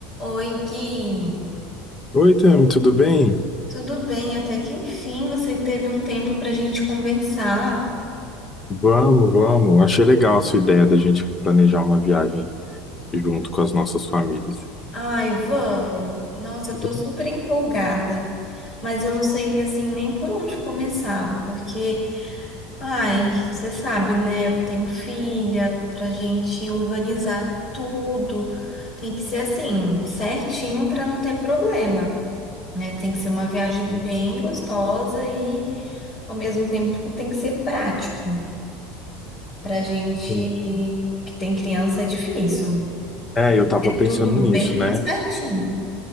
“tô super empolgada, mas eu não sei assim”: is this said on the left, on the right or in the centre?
Left